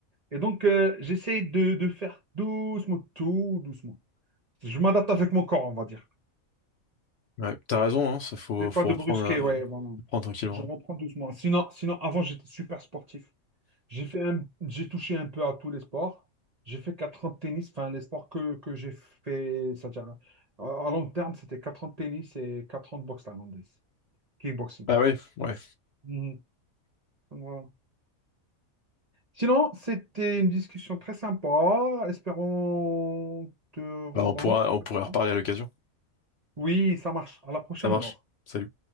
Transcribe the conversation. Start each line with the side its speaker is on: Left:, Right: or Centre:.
Right: Et donc, euh, j'essaie de, de faire doucement, tout doucement. Je m'adapte avec mon corps, on va dire.
Left: Ouais, t'as raison, hein, ça faut,
Right: C'est
Left: faut
Right: pas de
Left: reprendre,
Right: brusquer,
Left: à-
Right: ouais, vraiment.
Left: reprendre tranquillement.
Right: Je reprends doucement. Sinon, sinon avant, j'étais super sportif. J'ai fait un- j'ai touché un peu à tous les sports. J'ai fait 4 ans de tennis, enfin les sports que, que j'ai fait, c'est-à-dire à, à long terme, c'était quatre ans de tennis et 4 ans de boxe thaïlandaise, kickboxing.
Left: ah oui, ouais,
Right: Mhm. Donc, voilà. Sinon, c'était une discussion très sympa. Espérons te rencontrer.
Left: Bah, on pourra, on pourrait reparler
Right: <laughs>
Left: à l'occasion.
Right: Oui, ça marche. À la prochaine
Left: ça marche.
Right: alors.
Left: Salut.